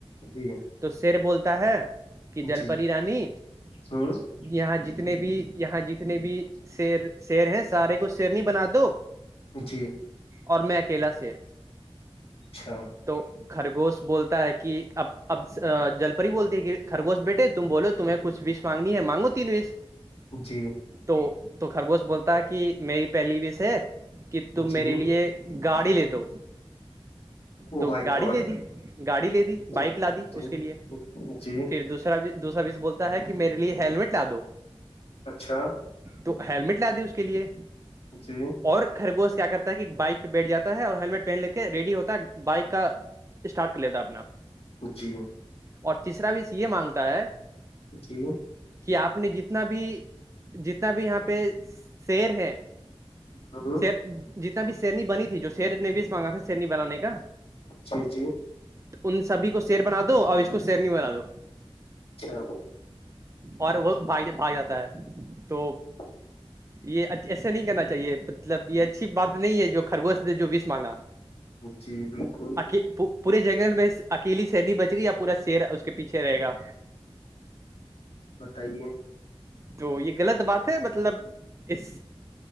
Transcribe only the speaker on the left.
جی
جی
ہوں
جی
اچھا
جی
جی
او
مائی
گاڈ
جی
جی
اچھا
جی
جی
جچھ ہے
ہاں
جی جی
اچھا
<unintelligible>
جی بالکل
بتائیے